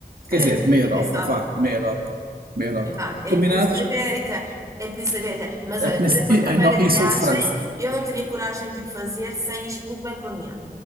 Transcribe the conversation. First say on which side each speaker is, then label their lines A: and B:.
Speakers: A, on the right; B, on the right.
A: Quer
B: Olha,
A: dizer,
B: nunca
A: meia
B: tinha
A: Europa,
B: pensado.
A: vá, meia Europa, meia Europa.
B: Vá, é
A: Combinados?
B: a Península Ibérica, é a Península Ibérica. Mas olha,
A: É que nesse-
B: para uma
A: e-
B: primeira
A: ai, não,
B: viagem,
A: e sul de França.
B: eu não teria coragem de o fazer sem isto muito bem planeado.